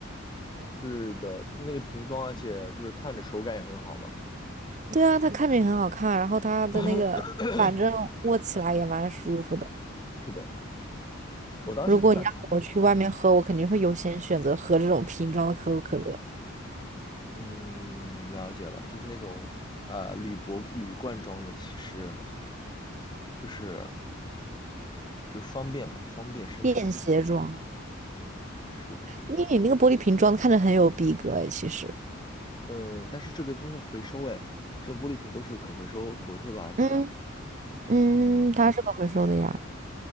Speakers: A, on the left; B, on the right.
A: 是的，那个瓶装，而且就是看着手感也很好嘛。
B: 对啊，它看着也很好看，然后它的那个，
A: <coughs>
B: 反正握起来也蛮舒服的。
A: 是的，我当时看高嗯，
B: 如果你让我去外面喝，我肯定会优先选择喝这种瓶装的可口可乐，
A: 嗯，了解了，就是那种呃铝箔铝罐装的，其实就是就是方便嘛，方便生产。
B: 便携装。
A: 是的，
B: 因为你那个玻璃瓶装看着很有逼格诶，其实。
A: 嗯，但是这个东西要回收，哎，这种玻璃瓶都是可回收可回收的垃圾啊。
B: 嗯嗯，
A: 嗯，
B: 它是可回收的呀，